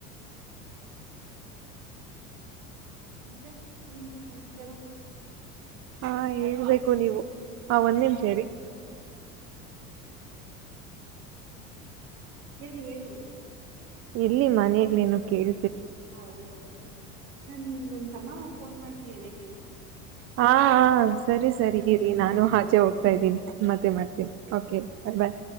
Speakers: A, on the right; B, on the right.
A: ಮತ್ತೆ ಏನ್ರೀ ಸಮಾಚಾರ
B: ಹಾ ಏಳ್ಬೇಕು ನೀವು ಆ ಒಂದೇಮ ಸೇರಿ
A: ಹ್ಮ ಹೇಳಿ ಹೇಳಿ
B: ಎಲ್ಲಿ ಮನಲ್ಲೇನ ಕೇಳ
A: ಹೌದಾ ನನ್ ನನ್ ತಮ್ಮ ಫೋನ್ ಮಾಡ್ತೀಯನೆ
B: ಹಾ ಸರಿ ಸರಿಗಿರಿ
A: ಒಂದ್ ಎರಡ್
B: ನಾನು
A: ನಿಮಿಷ
B: ಆಚೆ
A: ಬಿಟ್ಟು.
B: ಹೋಗ್ತಾ
A: ಹ್ಮ್,
B: ಇದ್ದೀನಿ ಮತ್ತೆ ಮಾಡ್ತೀನಿ ಓಕೆ ಬಾಯ್